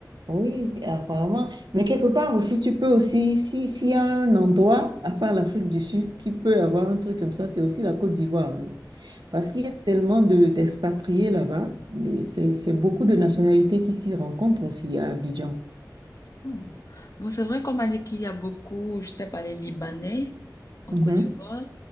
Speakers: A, on the right (about 80°); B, on the left (about 50°).
A: Oui, apparemment. Mais quelque part aussi, tu peux aussi, si, s'il y a un endroit, à part l'Afrique du Sud, qui peut avoir un truc comme ça, c'est aussi la Côte d'Ivoire. hein. Parce qu'il y a tellement de, d'expatriés là-bas. des- C'est, c'est beaucoup de nationalités qui s'y rencontrent aussi à Abidjan.
B: Hmm. Bon, c'est vrai qu'on m'a dit qu'il y a beaucoup, je sais pas, les Libanais en
A: Mhm.
B: Côte d'Ivoire.